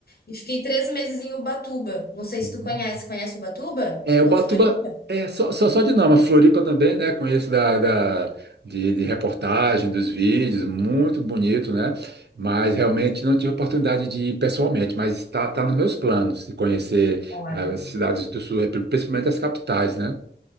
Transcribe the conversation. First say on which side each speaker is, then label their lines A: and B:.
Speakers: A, on the left (about 60°); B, on the right (about 65°).
A: e fiquei três meses em Ubatuba. Não sei
B: <laughs>
A: se tu conhece. Conhece Ubatuba
B: É,
A: ou
B: Ubatuba
A: Floripa?
B: é só, só, só de nome, a Floripa também, né? Conheço da, da- de, de reportagem, dos vídeos, muito bonito, né? Mas realmente não tive oportunidade de ir pessoalmente, mas está tá tá nos meus planos de conhecer
A: Olha.
B: as cidades do sul, é, principalmente as capitais, né?